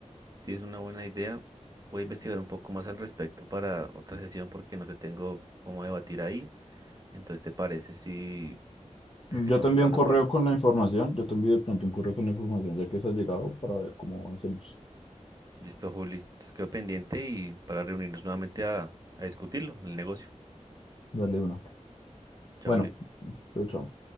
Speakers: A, on the right (about 30°); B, on the left (about 45°).
A: sí es una buena idea. Voy a investigar un poco más al respecto para otra sesión porque no te tengo cómo debatir ahí. Entonces, ¿te parece si te estoy
B: yo
A: contratando
B: te envío un correo
A: para...
B: con la información, yo te envío de pronto un correo con la información, ya que se ha llegado, para ver cómo hacemos.
A: Listo, Juli. Entonces quedo pendiente y para reunirnos nuevamente a, a discutirlo, el negocio.
B: Dale una.
A: Chao,
B: Bueno,
A: Juli.
B: chao, chao.